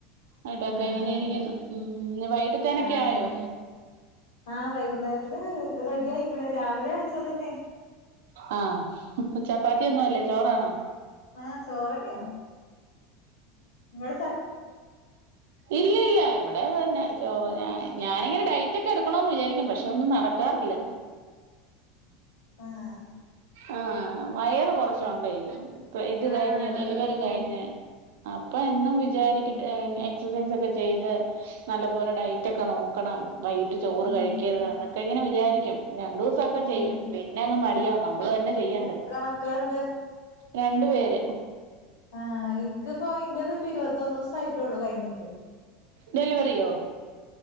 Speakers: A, on the right (about 80°); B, on the left (about 65°).
A: ന്നിട്ടക്കെ
B: ആഹ്
A: ഇങ്ങനെരിക്കുന്നു.
B: ആഹ്
A: പിന്നെ വയ്യിട്ടത്തേനക്കെ
B: ആഹ്
A: ആയോ?
B: ആഹ് വൈകുന്നേരത്തിന് റെഡി ആയിക്കണ് രാവിലെ വെച്ചതന്നെ
A: ആ പ്പ ചപ്പാത്തിയൊന്നും അല്ലേ ചോറാണോ?
B: ആ ചോറന്നെയാണ്. ങ്ങള്
A: ഇല്ലില്ല ഇവിടെ- ഇവിടെ അത് തന്നെ ചോറ്, ഞാനിങ്ങനെ ഡയറ്റൊക്കെ എടുക്കണോന്ന് വിചാരിക്കും പക്ഷെ ഒന്നും നടക്കാറില്ല.
B: ആഹ്
A: ആ വയറ് കുറച്ചൊണ്ടേ,
B: ശരി
A: ഇപ്പ ഇത്
B: ആഹ്
A: കഴിഞ്ഞ്, ഡെലിവറി കഴിഞ്ഞ്. അപ്പ എന്നും വി വിചാരിക്കും എക്സസൈസ് ഒക്കെ ചെയ്ത് നല്ല പോലെ ഡയറ്റ് ഒക്കെ നോക്കണം. വൈകിട്ട് ചോറ്
B: ഉം
A: കഴിക്കരുതെന്ന്. ഒക്കെ ഇങ്ങനെ വിചാരിക്കും. രണ്ടൂസൊക്കെ
B: ഉം
A: ചെയ്യും പിന്നെ അങ്ങ് മടിയാവും
B: എത്
A: നമ്മള് തന്നെ ചെയ്യണ്ടേ.
B: എത്ര മക്കളുണ്ട്
A: രണ്ടു പേര്.
B: ആ എനിക്കിപ്പോ ഇന്റേതിപ്പിരുപ ത്തൊന്നൂസം ആയിട്ടേള്ളൂ കയിഞ്ഞിട്ട്.
A: ഡെലിവറിയോ?